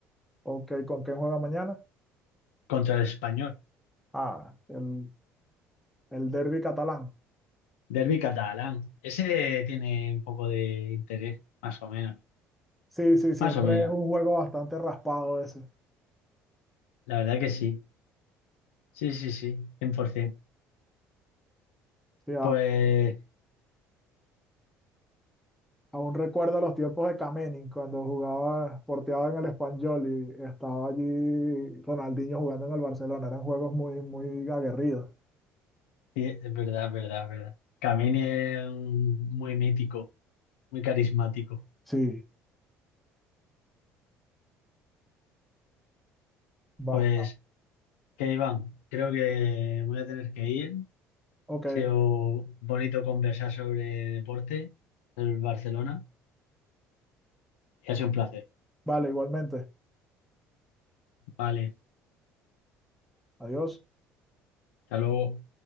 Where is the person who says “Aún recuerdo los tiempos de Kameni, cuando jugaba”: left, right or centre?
Centre